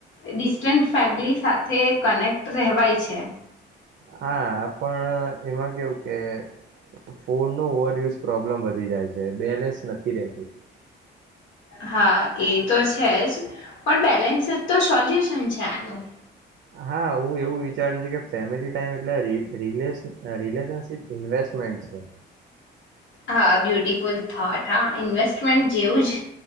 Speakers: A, on the left; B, on the right.
A: ડિસ્ટન્ટ ફેમિલી સાથે કનેક્ટ રહેવાય છે.
B: હા પણ એમાં કેવું કે ફોન નું ઓવરયુઝ પ્રોબ્લેમ વધી જાય છે બેલેન્સ નથી રહેતું.
A: હા એ તો છે જ. પણ બેલેન્સ જ તો સોલ્યુશન છે આનું.
B: હા હું એવું વિચારું છું કે ફેમિલી ટાઈમ એટલે ર રિલેશન રિલેશનસ ઇન્વેસ્ટમેન્ટ છે.
A: હા. બ્યુટિફુલ થોટ હા ઇન્વેસ્ટમેન્ટ જેવું જ